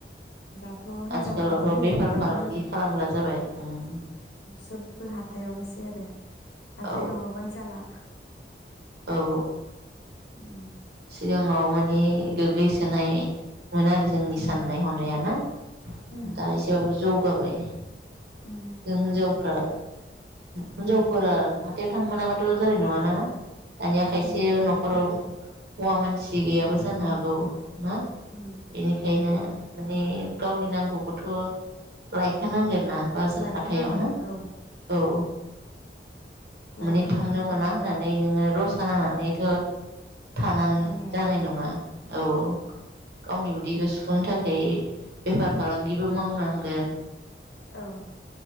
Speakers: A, on the left; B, on the right.
A: जाथ थ हिनजावफा
B: आथिखालावथ'
A: हिनजावफ्राबो
B: बेफार फालांगि खालामग्रा जाबाय उम
A: सोबबो हाथायावनो बि आरोे हाथाय
B: औ
A: नङाबानो जाला
B: औ
A: उम
B: सिगाङाव मानि गोग्लैसोनाय मोन आरो जोंनि
A: उम
B: साननाय हनाया ना
A: उम
B: दा एसेबाबो जौगाब गय
A: उम
B: जों हिनजावफ्रा हिनजावफोरा हाथायाव थांनो मोनाबाथ' जानाय नङाना ना दानिया खायसे
A: उम जानाय
B: न'खराव
A: नङा
B: हौवा मानसि गैयाबो
A: उम
B: जानो हागौ औ मा
A: उम
B: बेनिखायनो
A: औ
B: माने गावनि नांगौखौथ' लायखानांगोन ना बाजर
A: लायखानांगोन
B: हाथायाव ना
A: औ
B: औ
A: लायखानांगोनथ'
B: माने थांनो मोना
A: आरो
B: होननानै नोङो रसा नांनानैथ' थानानै
A: थानो हाया
B: जानाय नङा औ गावनि उदैखौ सुुंनो थाखाय बे बेफार फालांगिबो मावनांगोन
A: औ